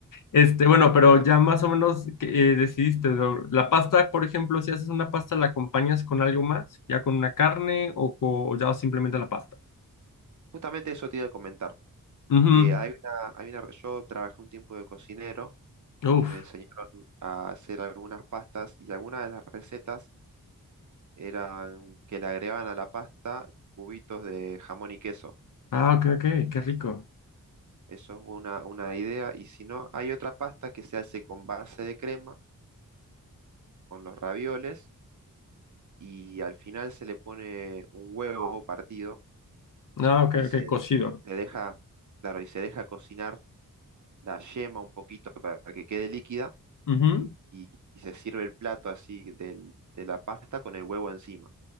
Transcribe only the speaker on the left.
Este, bueno, pero
ya más o menos que, eh, decidiste, ¿no? La pasta, por ejemplo, si haces una pasta, ¿la acompañas con algo más? ¿Ya con una carne o, co- o ya simplemente la pasta?
Ujú.
Uf.
Ah, ok, ok, qué rico.
Ah, ok,
ok, cocido.
Ujú.